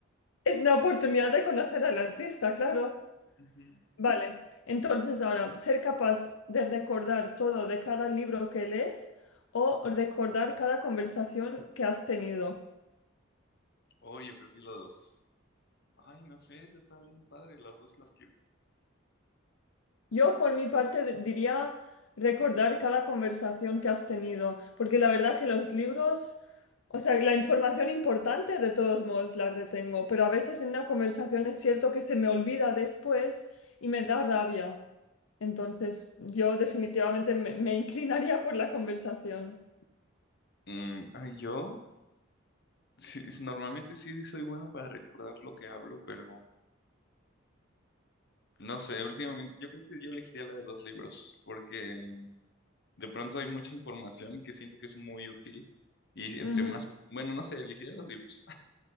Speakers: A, on the left (about 85°); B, on the left (about 55°).
A: Es una oportunidad de conocer al artista, claro.
B: Ujú.
A: Vale, entonces ahora, ser capaz de recordar todo de cada libro que lees o recordar cada conversación que has tenido.
B: Oh, yo creo que los dos. Ay, no sé, esa está bien padre, las dos las quiero.
A: Yo, por mi parte, de- diría recordar cada conversación que has tenido, porque la verdad que los libros, o sea, la información importante de todos modos la retengo, pero a veces en una conversación es cierto que se me olvida después y me da rabia. Entonces, yo definitivamente me, me inclinaría por la conversación.
B: Mm, ay, yo sí, es- normalmente sí soy bueno para recordar lo que hablo, pero no sé, últimamente yo creo que yo elegiría la de los libros, porque de pronto hay mucha información que siento que es muy útil y entre
A: Ujú.
B: más, bueno, no sé, elegiría los libros.